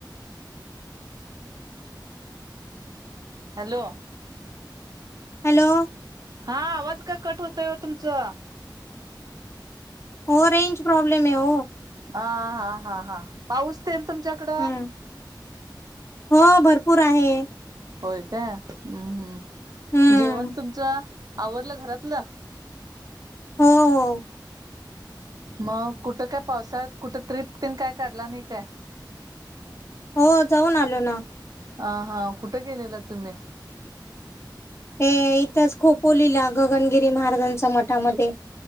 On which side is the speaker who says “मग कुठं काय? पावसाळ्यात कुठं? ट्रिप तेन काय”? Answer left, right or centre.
Right